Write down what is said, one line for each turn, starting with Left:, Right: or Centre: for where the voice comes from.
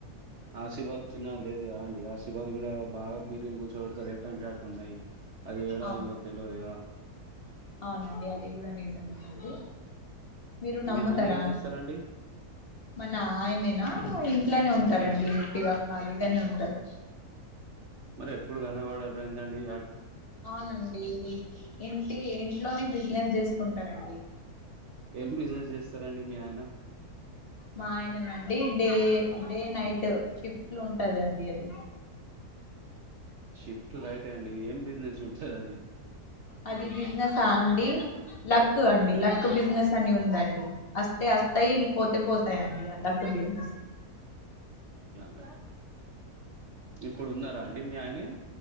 Right: ఆశిబాద్ అచ్చిన లేదు కదా అండి ఆసిబాద్ కూడా బాగా పీరిలు కూసోపెతలు ఎటు అంటే అటు ఉన్నాయి అది ఏడా
Left: అవును
Right: అయిందో తెలవదు గదా!
Left: అవునండి అది కూడా నిజమేనండి మీరు
Right: మీ
Left: నమ్ముతారా
Right: ఆయన ఏం చేస్తారండి
Left: మన ఆయనేనా ఇంట్లోనే ఉంటారండి
Right: ఆ!
Left: వట్టిగా ఖాళీగా ఇంట్లోనే ఉంటారు
Right: మరి ఎప్పుడు కనబడరండి రండి
Left: అవునండి ఇది ఇంటి ఇంట్లోనే బిజినెస్ చేసుకుంటారండి
Right: ఏం బిజినెస్ చేస్తారండి మీ ఆయన
Left: మా ఆయన అండి డే డే నైట్ షిఫ్ట్లు ఉంటదండి అది
Right: షిఫ్ట్ టు రైట్ అండి ఏం బిజినెస్ ఉంటది అది
Left: అది బిజినెస్ అండి లక్ అండి లక్ బిజినెస్ అని ఉంది అండి అస్తే అస్తాయి పోతే పోతాయి అండి ఆ లక్ బిజినెస్
Right: అట్లానే ఇప్పుడు ఉన్నారా అండి మీ ఆయనే